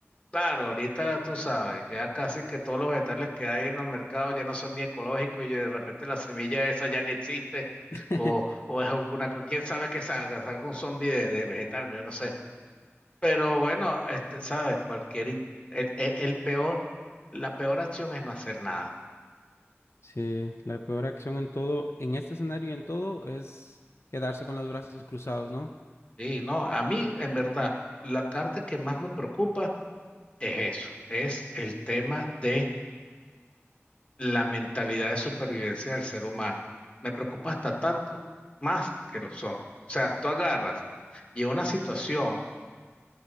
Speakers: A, on the left (about 25°); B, on the left (about 70°).
A: Claro, ahorita tú sabes, ya casi que todos los vegetales que hay en los mercados ya no son ni ecológicos y de repente la semilla esa ya ni existe
B: <laughs>
A: o, o es alguna cosa, quién sabe que salga, salga un zombie de, de vegetal, yo no sé. Pero bueno, este, sabes, cualquier, in- el, el- el peor, la peor acción es no hacer nada.
B: Sí, la peor acción en todo, en este escenario y en todo, es quedarse con los brazos cruzados, ¿no?
A: Sí, no, a mí, en verdad, la carta que más me preocupa es eso, es el tema de la mentalidad de supervivencia del ser humano. Me preocupa hasta tanto más que los zombies. O sea, tú agarras y en una situación,